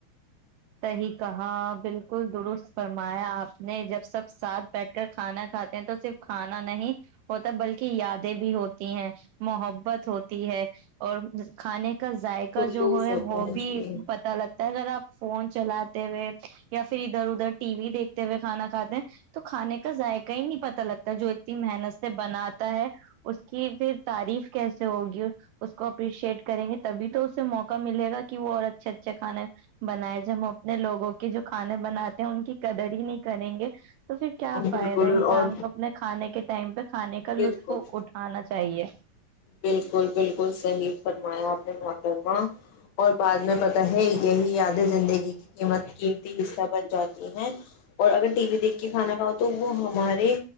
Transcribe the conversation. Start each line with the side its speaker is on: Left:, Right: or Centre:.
Right: صحیح کہا بالکل درست فرمایا آپ نے جب سب ساتھ بیٹھ کر کھانا کھاتے ہیں تو صرف کھانا نہیں ہوتا بلکہ یادیں بھی ہوتی ہیں محبت ہوتی ہے اور کھانے کا ذائقہ
Left: خلوص
Right: جو ہو ہے
Left: ہوتا
Right: وہ بھی
Left: جی
Right: پتا لگتا ہے اگر آپ فون چلاتے ہوئے یا پھر ادھر ادھر ٹی وی دیکھتے ہوئے کھانا کھاتے ہیں تو کھانے کا ذائقہ ہی نہیں پت لگتا جو اتنی محنت سے بناتا ہے اس کی پھر تعریف کیسے ہوگی اس کو اپریشیٹ کریں گے تبھی تو اسے موقع ملے گا کہ وہ اور اچھے اچھے کھانے ہے بنائے جب ہم اپنے لوگوں کے جو کھانے بناتے ہیں ان کی قدر ہی نہیں کریں گے تو پھر کیا فائدہ
Left: بالکل
Right: انسان
Left: اور
Right: کو اپنے کھانے کے ٹم پہ کھانے کا
Left: بالکل
Right: لطف اٹھانا چاہیے
Left: بالکل بالکل صحیح فرمایا آپ نے محترمہ اور بعد میں پتہ ہے یہی یاد زندگی کی قیمت قیمتی حصہ بن جاتی ہیں اور اگر ٹی وی دیکھ کے کھانا کھاؤ تو وہ ہمارے